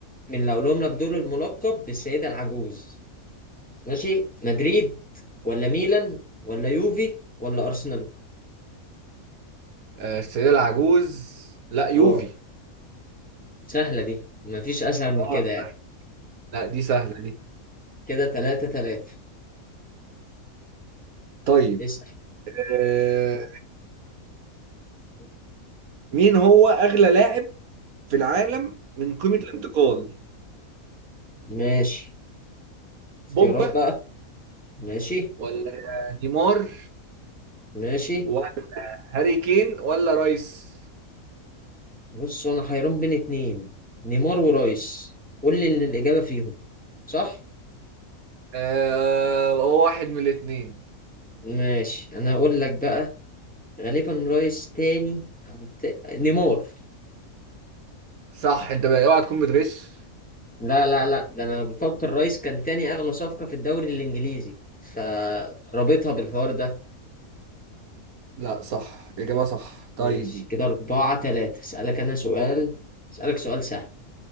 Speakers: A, in the centre; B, on the right.
A: من اللي هقولهم لك دول الملقب بالسيدة العجوز ماشي مدريد ولا ميلان ولا يوفي ولا أرسنال
B: آه، السيدة العجوز لا يوفي
A: اه سهلة دي مفيش أسهل من
B: اه
A: كده يعني
B: لا دي سهلة دي
A: كده تلاتة تلاتة
B: طيب
A: اسأل
B: آه،
A: يلا
B: مين هو أغلى لاعب في العالم من قيمة الانتقال
A: ماشي اختيارات
B: بوجبا
A: بقى ماشي
B: ولا نيمار
A: ماشي
B: ولا هاري كين ولا رايس
A: بص انا حيران بين اتنين نيمار ورايس قول لي ان الاجابه فيهم صح
B: آه، هو واحد من الاتنين
A: ماشي انا هقول لك بقى غالبا رايس تاني او تا... نيمار
B: صح انت بقى اوعى تكون بتغش
A: لا لا لا ده انا بفكر رايس كان تاني اغلى صفقه في الدوري الانجليزي فرابطها بالحوار ده
B: لا صح إجابة صح
A: ماشي
B: طيب
A: كده أربعة تلاتة أسألك أنا سؤال أسألك سؤال سهل